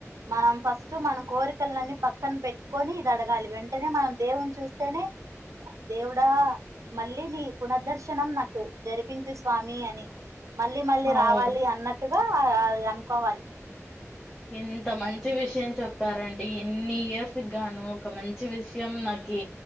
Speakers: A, on the right; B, in the centre.
A: మనం ఫస్ట్ మనం కోరికలన్ని పక్కన పెట్టుకొని ఇది అడగాలి వెంటనే మనం దేవుని చూస్తేనే దేవుడా మళ్ళీ నీ పునః దర్శనం నాకు జరిపించు స్వామి అని మళ్ళీ మళ్ళీ
B: అవును
A: రావాలి అన్నట్టుగా ఆ అది అనుకోవాలి
B: ఎంత మంచి విషయం చెప్పారండి ఎన్ని ఇయర్స్ గాను ఒక మంచి విషయం నా కి